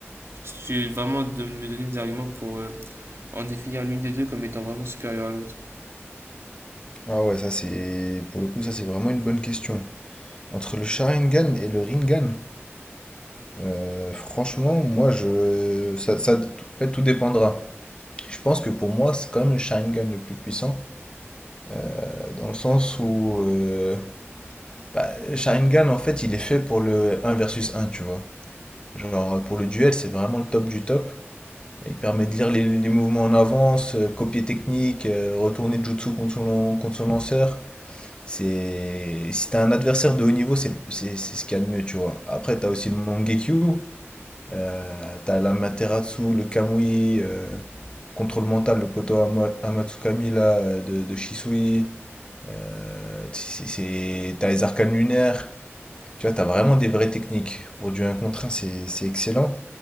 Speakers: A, on the right; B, on the left.
A: Genre, si tu veux vraiment de me donner des arguments pour euh, en définir l'une des deux comme étant vraiment supérieure à l'autre.
B: Ah ouais, ça c'est. Pour le coup, ça c'est vraiment une bonne question. Entre le Sharingan et le Rinnegan, euh, franchement, moi je. Ça, ça, en fait, tout dépendra. Je pense que pour moi, c'est quand même le Sharingan le plus puissant. Euh, dans le sens où euh, bah, Sharingan, en fait, il est fait pour le un versus un tu vois. Genre, pour le duel, c'est vraiment le top du top. Il permet de lire les, les mouvements en avance, euh, copier technique, euh, retourner Jutsu contre son, lan- contre son lanceur. C'est... Si t'as un adversaire de haut niveau, c'est c'est- c'est ce qu'il y a de mieux, tu vois. Après, t'as aussi le Mangekyu, euh, t'as l'Amaterasu, le Kamui, euh, contrôle mental, le Koto Ama- Amatsukami là, euh, de, de Shisui. Euh, c'est, c'est- t'as les arcanes lunaires, tu vois, t'as vraiment des vraies techniques. Pour du un contre un, c'est c'est excellent.